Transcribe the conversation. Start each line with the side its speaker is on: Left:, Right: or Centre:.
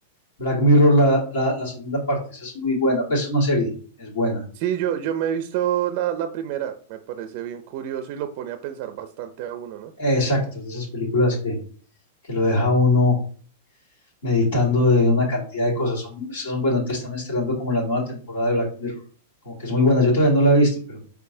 Left: Black Mirror,
Right: Mm,
Left: la, la, la segunda parte, esa es muy buena, pues es una serie, es buena.
Right: Sí, yo, yo me he visto la, la primera, me parece bien curioso y lo pone a pensar bastante a uno, ¿no?
Left: Eh, exacto, es de esas películas que, que lo deja uno meditando de una cantidad de cosas. Son, esas son, bueno, entonces están estrenando como la nueva temporada de Black Mirror, como que es muy buena. Yo todavía no la he visto, pero,